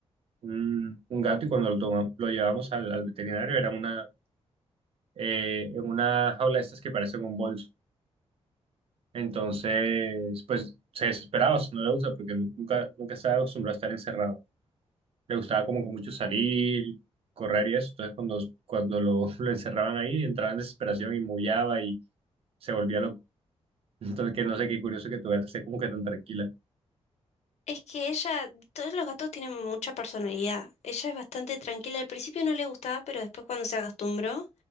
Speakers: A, on the right; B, on the left.
A: un, un gato y cuando lo, toma- lo llevamos al, al veterinario era una, eh, en una jaula de estas que parece un bolso. Entonces, pues se desesperaba, o sea, no le gusta porque nu- nunca, nunca estaba acostumbrado a estar encerrado. Le gustaba como que mucho salir, correr y eso. Entonces, cuando, cuando lo, <laughs> lo encerraban ahí, entraba en desesperación y maullaba y se volvía loco. <laughs> Entonces, que no sé qué curioso que tu gata esté como que tan tranquila.
B: Es que ella, todos los gatos tienen mucha personalidad. Ella es bastante tranquila. Al principio no le gustaba, pero después cuando se acostumbró